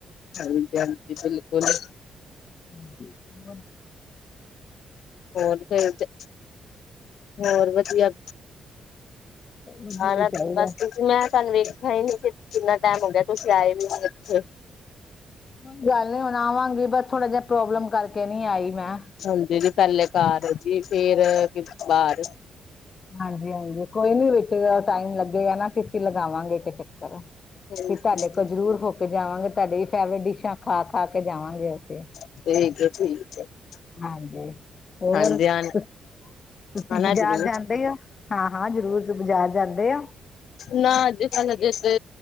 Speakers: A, on the left (about 75°); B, on the left (about 40°).
A: ਹਾਜੀ ਬਿਲਕੁਲ,
B: ਹਾਂਜੀ ਹੋਰ,
A: ਹੋਰ ਫਿਰ ਤੇ ਹੋਰ ਵਧੀਆ, <unintelligible>
B: ਵਧੀਆ ਹੀ ਚਾਹੀਦਾ
A: ਬਸ ਤੁਸੀ ਮੈਂ ਸਾਨ ਵੀ ਹੀ ਨਹੀਂ ਕਿ, ਕਿੰਨਾ ਟਾਈਮ ਹੋ ਗਿਆ ਤੁਸੀਂ ਆਏ ਵੀ ਇਥੇ,
B: ਕੋਈ ਗੱਲ ਨੀ ਹੁਣ ਆਵਾਂਗੀ, ਬਸ ਥੋੜਾ ਜਿਹਾ ਪ੍ਰੋਬਲਮ ਕਰਕੇ ਨਹੀਂ ਆਈ ਮੈਂ,
A: ਹਾਂਜੀ ਜੀ ਪਹਿਲੇ ਘਰ ਜੀ ਫੇਰ ਬਾਹਰ,
B: ਹਾਂਜੀ-ਹਾਂਜੀ ਕੋਈ ਨੀ ਵਿੱਚ ਟਾਈਮ ਲੱਗੇਗਾ, ਨਾ ਅਸੀਂ ਲਗਾਵਾਂਗੇ ਤੇ ਚੱਕਰ। ਵੀ
A: ਠੀਕ
B: ਤੁਹਾਡੇ ਕੋਲ ਜ਼ਰੂਰ ਹੋ ਕੇ ਜਾਵਾਂਗੇ, ਤੁਹਾਡੇ ਵੀ ਫੇਵਰੇਟ ਡਿਸ਼ਾਂ ਖਾ-ਖਾ ਕੇ ਜਾਵਾਂਗੇ ਅਸੀਂ
A: <unintelligible>
B: ਹਾਂਜੀ ਹੋਰ
A: ਹਾਂਜੀ ਆ
B: ਤੁਸੀਂ
A: ਆਣਾ
B: ਬਾਜ਼ਾਰ
A: ਜ਼ਰੂਰ
B: ਜਾਂਦੇ ਓਂ ਹਾਂ ਹਾਂ ਜ਼ਰੂਰ ਬਾਜ਼ਾਰ ਜਾਂਦੇ ਆਂ
A: ਨਾ ਅਜ ਕੱਲ ਹਜੇ ਛੇ